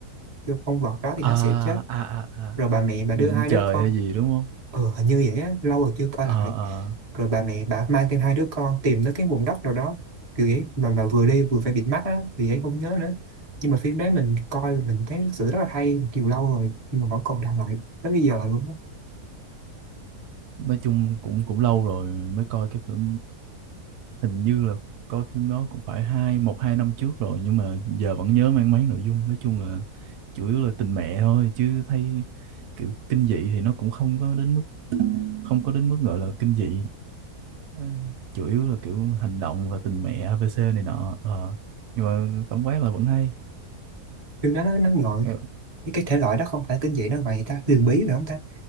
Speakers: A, on the right; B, on the right.
A: vô con vật đó thì
B: à
A: nó sẽ chết
B: à à à
A: rồi bà mẹ bà đưa
B: Nhìn
A: hai
B: lên trời
A: đứa con
B: hay gì đúng không?
A: ừ hình như vậy á lâu rồi chưa coi
B: Ờ
A: lại
B: ờ.
A: rồi bà mẹ bà mang thêm hai đứa con tìm tới cái vùng đất nào đó kiểu vậy mà mà vừa đi vừa phải bịt mắt á vì vậy không nhớ nữa nhưng mà phim đấy mình coi mình thấy thực sự rất là hay nhiều lâu rồi nhưng mà vẫn còn đang lại tới bây giờ luôn á.
B: Nói chung cũng cũng lâu rồi mới coi cái phim hình như là coi phim đó cũng phải hai một hai năm trước rồi nhưng mà giờ vẫn nhớ mang máng nội dung nói chung là chủ yếu là tình mẹ thôi chứ thấy kiểu kinh dị thì nó cũng không có đến mức không có đến mức gọi là kinh dị Ừ. chủ yếu là kiểu hành động và tình mẹ ABC này nọ Ờ. nhưng mà tổng quát là vẫn hay
A: phim đó nó nó ngợi
B: Nghe-
A: cái cái thể loại đó không phải kinh dị đâu vậy ta huyền bí phải không ta